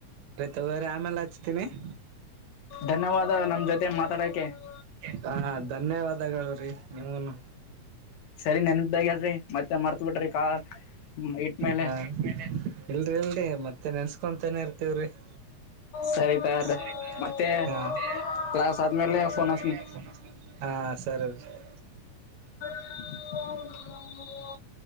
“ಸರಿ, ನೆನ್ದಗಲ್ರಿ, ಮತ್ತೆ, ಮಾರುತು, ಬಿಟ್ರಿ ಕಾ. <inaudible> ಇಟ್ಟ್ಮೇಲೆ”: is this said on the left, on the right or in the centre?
Left